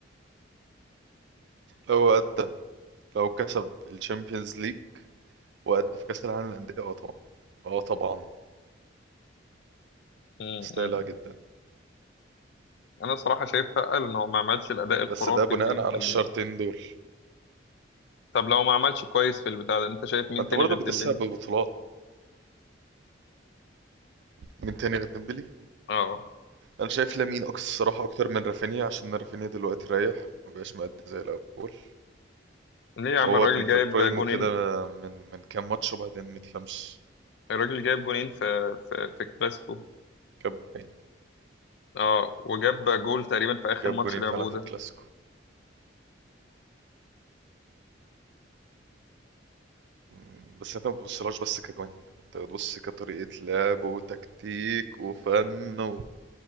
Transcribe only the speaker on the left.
مم.
مم.
انا الصراحه شايف اتقل ان هو ما عملش الاداء الخرافي
اللي يخليه
طب لو ما عملش كويس في البتاع ده انت شايف مين
تاني
غير
ديمبلي
اه
ليه يا عم
الراجل
جايب
جونين
الراجل جايب جونين في في في الكلاسيكو
اه وجاب جول تقريبا في اخر
ماتش
لعبوه
ده